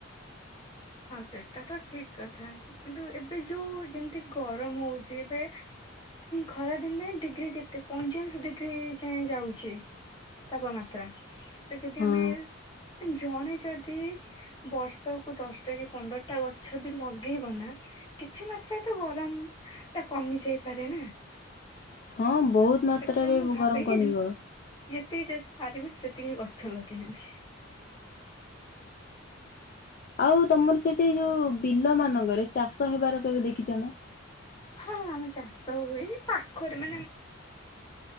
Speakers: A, on the left (about 20°); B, on the left (about 45°).
A: ହଁ, ସେଟା ତ ଠିକ କଥା, କିନ୍ତୁ ଏବେ ଯୋଉ ଯେମିତି ଗରମ ହଉଛି, ଏବେ ଖରାଦିନେ ଡିଗ୍ରୀ କେତେ, ପଇଁଚାଳିଶ ଡିଗ୍ରୀ ଯାଏ ଯାଉଛି ତାପମାତ୍ରା ତ, ଯଦି
B: ହଁ
A: ଆମେ ଜଣେ ଯଦି ବର୍ଷକୁୁ ଦଶ ଏଇ ପନ୍ଦରଟା ଗଛ ବି ଲଗେଇବ, ନା, କିଛି ମାତ୍ରାରେ ତ ଗରମ ଟା କମି ଯାଇପାରେ ନା?
B: ହଁ, ବହୁତ ମାତ୍ରାରେ
A: ସେଥିପାଇଁ ମୁଁ ଭାବେ
B: ଗରମ
A: କି
B: କମିବ।
A: <unintelligible> ସେତିକି ଗଛ ଲଗେଇବି।
B: ଆଉ, ତମର ସେଠି ଯୋଉ ବିଲ ମାନଙ୍କରେ ଚାଷ ହେବାର, କେବେ ଦେଖିଛ ନା?
A: ହଁ, ଆମ ଚାଷ ହୁଏ, ପାଖରେ ମାନେ